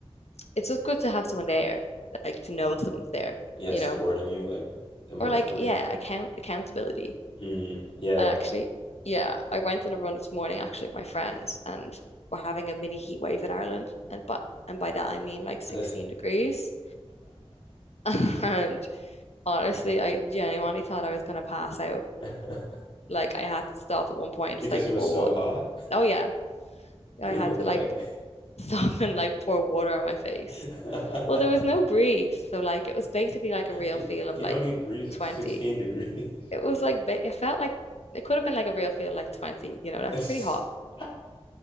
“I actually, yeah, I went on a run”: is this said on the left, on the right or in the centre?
Left